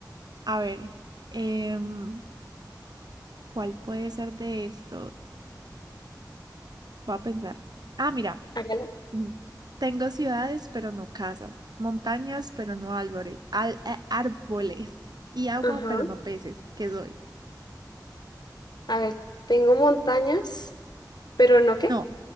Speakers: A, on the right; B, on the left.
A: A ver. em, ¿cuál puede ser de estos? Voy a pensar. Ah, mira.
B: Hágala.
A: mm, Tengo ciudades, pero no casas. Montañas, pero no árboles. Al- eh, árboles. Y agua,
B: Ajá.
A: pero no peces. ¿Qué soy?
B: A ver, tengo montañas, pero no qué.
A: No,